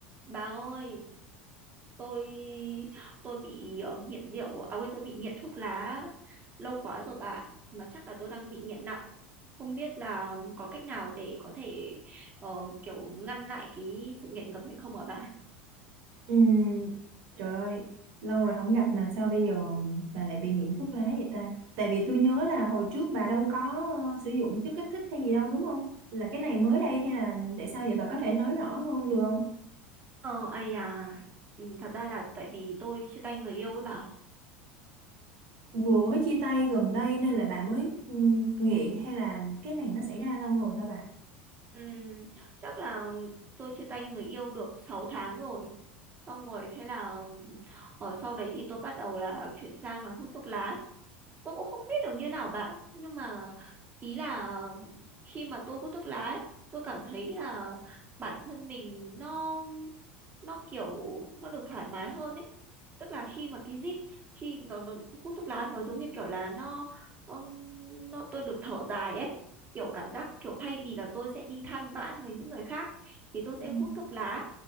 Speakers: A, on the right; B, on the right.
A: Bà ơi, tôi tôi bị ờ, nghiện rượu, à quên tôi bị nghiện thuốc lá lâu quá rồi bà, mà chắc là tôi đang bị nghiện nặng. Không biết là có cách nào để có thể ờ, kiểu ngăn lại cái sự nghiện ngập ấy không hả bà?
B: Ừm, trời ơi, lâu rồi không gặp mà sao bây giờ bà lại bị nghiện thuốc lá vậy ta? Tại vì tôi nhớ là hồi trước bà đâu có ờ, sử dụng chất kích thích hay gì đâu đúng không? Là cái này mới đây hay là tại sao vậy bà có thể nói rõ hơn được không?
A: Ờ, ai à, ừ, thật ra là tại vì tôi chia tay người yêu ấy bà.
B: Vừa mới chia tay gần đây nên là bà mới ừm, nghiện hay là cái này nó xảy ra lâu rồi hả bà?
A: Ừ, chắc là tôi chia tay người yêu được 6 tháng rồi. Xong rồi thế là ở sau đấy thì tôi bắt đầu là chuyển sang là hút thuốc lá tôi cũng không biết được như nào bạn nhưng mà ý là khi mà tôi hút thuốc lá ấy, tôi cảm thấy là bản thân mình nó nó kiểu nó được thoải mái hơn ấy tức là khi mà cái rít khi nó, nó hút thuốc lá nó giống như kiểu là nó ừm, nó tôi được thở dài ấy kiểu cảm giác kiểu thay vì là tôi sẽ đi than vãn với những người khác thì tôi sẽ
B: Ừ.
A: hút thuốc lá